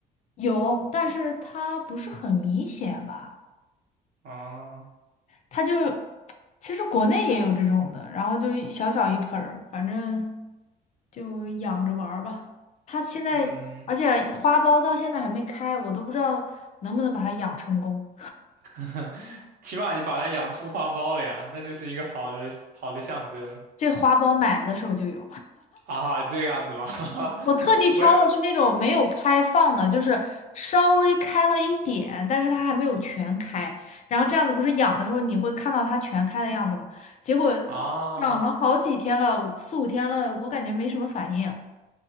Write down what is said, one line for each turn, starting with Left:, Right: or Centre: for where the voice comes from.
Left: 有，但是它不是很明显吧？
Right: 哦，
Left: 它就其实国内也有这种的，然后就一小小一盆儿，反正就养着玩儿吧。它现在，
Right: 嗯，
Left: 而且花苞到现在还没开，我都不知道能不能把它养成功。
Right: <laughs> 起码你把它养出花苞了呀，那就是一个好的好的象征
Left: 这花苞买的时候就有，
Right: 啊，这样子吧，
Left: 我特地挑的是那种没有开放的，
Right: <laughs> 我也
Left: 就是稍微开了一点，但是它还没有全开。然后这样子不是养的时候你会看到它全开的样子吗？结果
Right: 啊，
Left: 养了好几天了，四五天了，我感觉没什么反应。